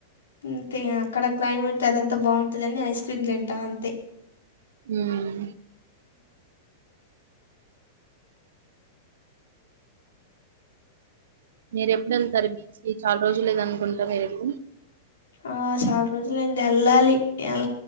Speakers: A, on the left; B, on the right.
A: అంతే అక్కడ క్లైమేట్ అదంత బాగుంటందంని ఐస్ క్రీమ్ తింటా అంతే
B: హ్మ్ మీరు ఎప్పుడు వెళ్తారు బీచ్ కి చాలా రోజులు లేద అనుకుంటా మీరు ఎళ్ళి
A: ఆ చాలా రోజులయ్యింది వెళ్ళాలి ఏం